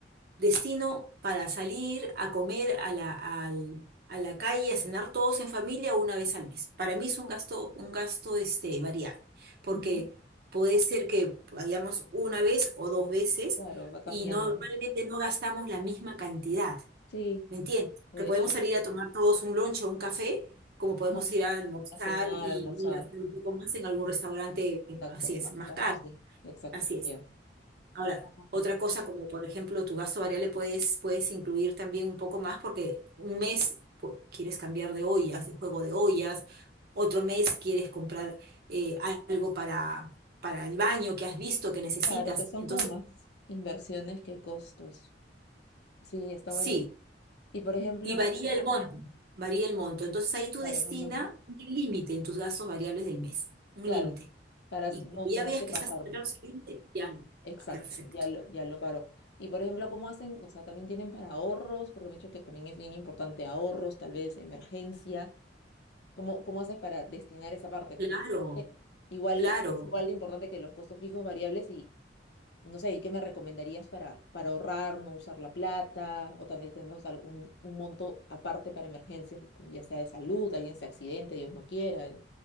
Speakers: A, on the right (about 60°); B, on the left (about 65°).
A: destino para salir a comer a la, al- a la calle, a cenar todos en familia una vez al mes. Para mí es un gasto, un gasto este, variable, porque
B: Ujú,
A: puede ser que vayamos una vez o dos veces
B: Claro, va cambiando.
A: y no- normalmente no gastamos la misma cantidad,
B: Sí,
A: ¿me entiendes?
B: de
A: Que podemos
B: hecho.
A: salir a tomar todos un lunch o un café, como podemos
B: Ajá,
A: ir a almorzar
B: A cenar,
A: y,
B: a almorzar.
A: y hacer un poco más en algún restaurante,
B: Exacto,
A: así es,
B: más
A: más
B: caras,
A: caro,
B: sí, exacto,
A: así es.
B: ya.
A: Ahora,
B: Ah,
A: otra
B: perfecto.
A: cosa como por ejemplo tu gasto variable puedes, puedes incluir también un poco más porque un mes pu- quieres cambiar de ollas, de juego de ollas, otro mes quieres comprar eh, algo para, para el baño que has visto que necesitas.
B: Claro, que son
A: Entonces,
B: como más inversiones que costos. Sí, está
A: sí,
B: bueno. Y por ejemplo,
A: y varía el monto, varía el monto. Entonces ahí tú
B: claro,
A: destina
B: no es lo-
A: un límite en tus gastos variables del mes, un
B: claro,
A: límite.
B: para
A: Y cuando
B: no
A: ya
B: tener
A: veas
B: que
A: que
B: pasarme.
A: estás cerca de ese límite, ya, no.
B: Exacto,
A: ah, perfecto.
B: ya lo, ya lo paro. Y por ejemplo, ¿cómo hacen? O sea, también tienen para ahorros, porque me he dicho que también es bien importante ahorros, tal vez emergencia. ¿Cómo, cómo haces para destinar esa parte?
A: Claro,
B: Porque creo que igual
A: claro.
B: es igual de importante que los costos fijos variables y No sé, ¿y qué me recomendarías para, para ahorrar, no usar la plata o también tener un, un monto aparte para emergencias, ya sea de salud, alguien se accidente, Dios no quiera, eh,